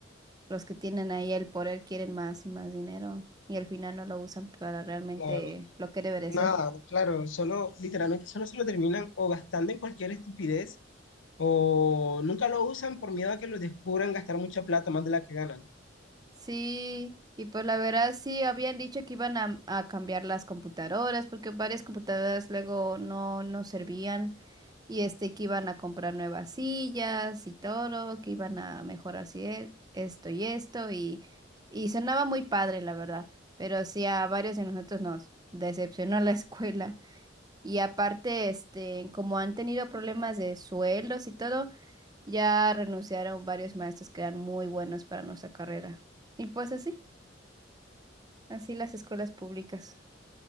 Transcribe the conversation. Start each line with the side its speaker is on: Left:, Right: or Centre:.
Right: los que tienen ahí el poder quieren más y más dinero y al final no lo usan para realmente
Left: Claro,
Right: lo que debe de
Left: nada,
Right: ser.
Left: claro, solo, literalmente, solo se lo terminan o gastando en cualquier estupidez o nunca lo usan por miedo a que los descubran gastar mucha plata más de la que ganan.
Right: Sí, y pues la verdad sí habían dicho que iban a, a cambiar las computadoras porque varias computadoras luego no, no servían y este que iban a comprar nuevas sillas y todo, que iban a mejorar cier- esto y esto y, y sonaba muy padre la verdad, pero sí a varios de nosotros nos decepcionó la <laughs> escuela. Y aparte, este, como han tenido problemas de sueldos y todo, ya renunciaron varios maestros que eran muy buenos para nuestra carrera. Y pues así, así las escuelas públicas.